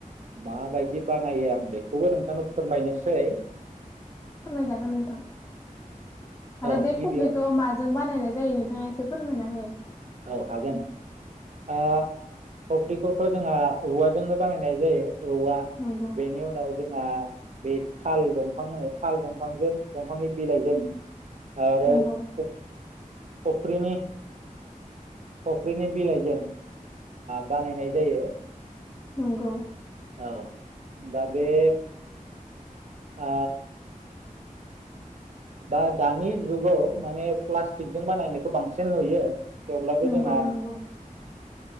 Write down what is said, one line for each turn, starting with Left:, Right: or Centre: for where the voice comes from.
Right: माबायदि बानायो आं बेखौबो नोंथांनो फोरमायनोसै।
Left: फोरमायजागोन नोंथां आरो
Right: औ
Left: बे
Right: गिबियाव
Left: खफ्रिखौ माजों बानायनानै जायो नोंथाङा एसे फोरमायना हो
Right: औ हागोन ओ खफ्रिखौथ' जोंहा औवाजोंनो बानायनाय जायो। औवा
Left: नंगौ
Right: बेनि उनाव जोंहा बे थाल दंफां होनो थाल दंफांजों दंफांनि बिलाइजों आरो
Left: नंगौ
Right: खफ्रिनि खफ्रिनि बिलाइजों बानायनाय जायो।
Left: नंगौ।
Right: औ दा बेे आ बा दानि जुगाव माने प्लास्टिकजों बानायनायखौ नुयो। थेवब्लाबो
Left: नंगौ
Right: जोंहा
Left: नंगौ